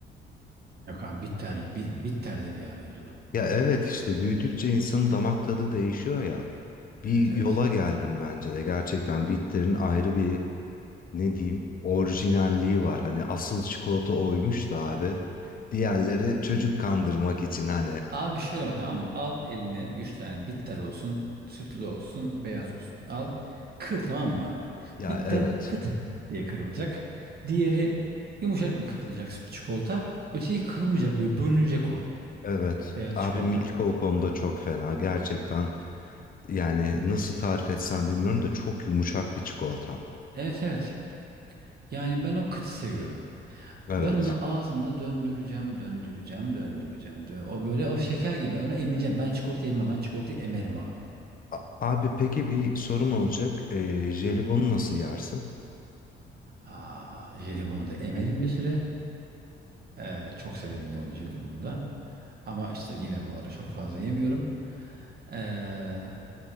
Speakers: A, on the right; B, on the left.
A: Yok abi bitter, bi- bitterdir ya mevzu.
B: Ya evet işte büyüdükçe insanın damak tadı değişiyor ya. Bir
A: Evet evet.
B: yola geldim bence de. Gerçekten bitterin ayrı bir ne diyeyim orijinalliği var. Hani asıl çikolata oymuş da abi. Diğerleri çocuk kandırmak için hani.
A: Abi şöyle bak tamam mı? Al eline 3 tane bitter olsun, sütlü olsun, beyaz olsun. Al kır tamam mı abi?
B: Ya
A: Bitter
B: evet.
A: kıt diye kırılacak. Diğeri yumuşak bir kırılacak sütlü çikolata. Öteki kırılmayacak böyle bölünecek o
B: Evet.
A: beyaz
B: Abi
A: çikolata.
B: Milka o konuda çok fena. Gerçekten yani nasıl tarif etsem bilmiyorum da çok yumuşak bir çikolata.
A: Evet evet. Yani ben o kıtı seviyorum.
B: Evet.
A: Ben onu ağzımda döndüreceğim, döndüreceğim, döndüreceğim. dö- O böyle o şeker gibi. Onu emeceğim. Ben çikolata yemem. Ben çikolatayı emerim abi.
B: A- abi peki bir sorum olacak. Ee, jelibonu
A: Heh.
B: nasıl yersin?
A: Aa, jelibonu da emerim bir süre. Ee, çok severim bu arada jelibonu da. Ama işte yine bu ara çok fazla yemiyorum. Ee,